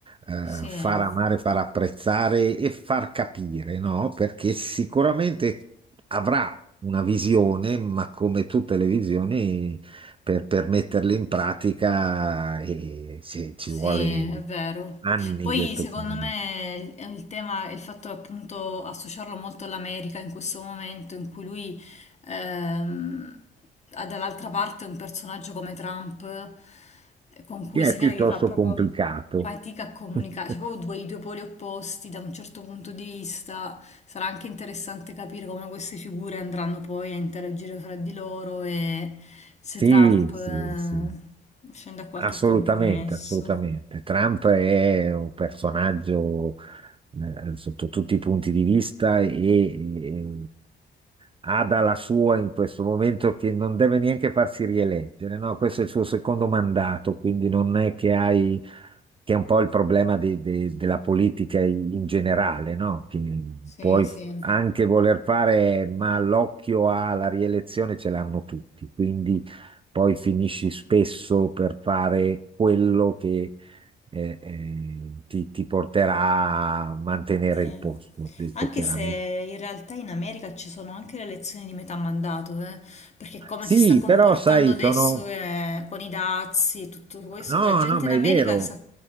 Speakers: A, on the right; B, on the left.
A: eh,
B: sì.
A: far amare, far apprezzare e far capire, no? Perché sicuramente avrà una visione, ma come tutte le visioni per, per metterle in pratica e se ci
B: Sì,
A: vuole
B: è vero.
A: anni,
B: Poi
A: detto
B: secondo
A: chiaramente.
B: me il il tema, il fatto appunto associarlo molto all'America in questo momento in cui lui ehm, ha dall'altra parte un personaggio come Trump eh, con cui
A: Sì, è
B: si
A: piuttosto
B: vede che fa proprio
A: complicato.
B: fatica a comunicare,
A: <laughs>
B: cioè proprio due, i due poli opposti da un certo punto di vista. Sarà anche interessante capire come queste figure andranno poi a interagire fra di loro e se
A: Sì,
B: Trump
A: sì,
B: eh,
A: sì,
B: scende a qualche
A: assolutamente,
B: compromesso.
A: assolutamente. Trump è un personaggio eh, sotto tutti i punti di vista e, e- e ha dalla sua in questo momento che non deve neanche farsi rieleggere, no? Questo è il suo secondo mandato, quindi non è che hai, che è un po' il problema di- de- della politica in, in generale, no? Che
B: Sì,
A: puoi
B: sì,
A: anche voler fare, ma l'occhio alla rielezione ce l'hanno tutti, quindi poi finisci spesso per fare quello che eh, eh, ti, ti porterà a mantenere
B: sì.
A: il posto, detto
B: Anche
A: chiaramente.
B: se in realtà in America ci sono anche le elezioni di metà mandato, eh, Perché come
A: Sì,
B: si sta comportando
A: però sai,
B: adesso
A: sono...
B: eh, con i dazi e tutto questo,
A: No,
B: la gente
A: no, ma
B: in America
A: è vero.
B: sta,